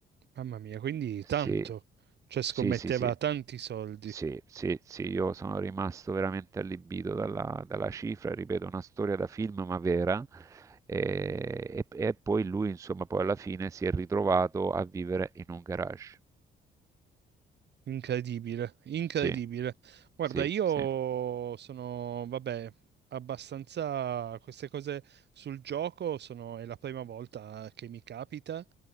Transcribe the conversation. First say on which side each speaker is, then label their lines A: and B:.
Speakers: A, on the right (about 60°); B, on the right (about 15°).
A: mamma mia, quindi
B: Sì,
A: tanto, cioè scommetteva
B: sì, sì, sì,
A: tanti soldi.
B: sì, sì, sì, io sono rimasto veramente allibito dalla, dalla cifra, ripeto, una storia da film ma vera. E, e- e poi lui, insomma, poi alla fine si è ritrovato a vivere in un garage.
A: Incredibile, incredibile.
B: Sì,
A: Guarda,
B: sì,
A: io
B: sì,
A: sono, vabbè, abbastanza queste cose sul gioco sono, è la prima volta che mi capita,